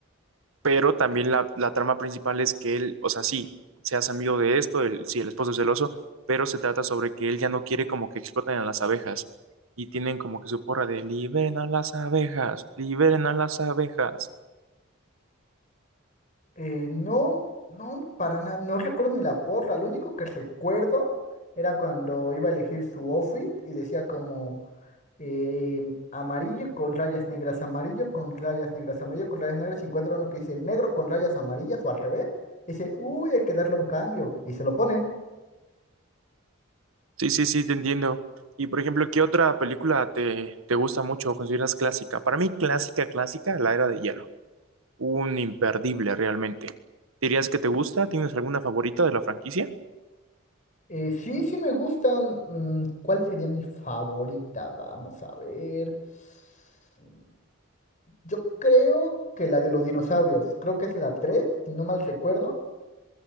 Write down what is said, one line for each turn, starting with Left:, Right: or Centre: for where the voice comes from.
Right: pero también la, la trama principal es que él, o sea, sí, seas amigo de esto, el, sí, el esposo es celoso, pero se trata sobre que él ya no quiere como que exploten a las abejas y tienen como que su porra de liberen a las abejas, liberen a las abejas.
Left: Eh, no, no, para nada, no recuerdo ni la porra. Lo único que recuerdo era cuando iba a elegir su outfit y decía como eh, amarillo con rayas negras, amarillo con rayas negras, amarillo con rayas negras. Y encuentra uno que dice negro con rayas amarillas o al revés. y dice, uy, hay que darle un cambio. Y se lo pone.
Right: Sí, sí, sí, te entiendo. Y por ejemplo, ¿qué otra película te, te gusta mucho o consideras clásica? Para mí, clásica, clásica, La Era de Hielo. un imperdible realmente. ¿Dirías que te gusta? ¿Tienes alguna favorita de la franquicia?
Left: Eh, sí, sí me gustan. Mm, ¿cuál sería mi favorita? Vamos a ver. Mm, Yo creo que la de los dinosaurios. Creo que es la 3, si no mal recuerdo.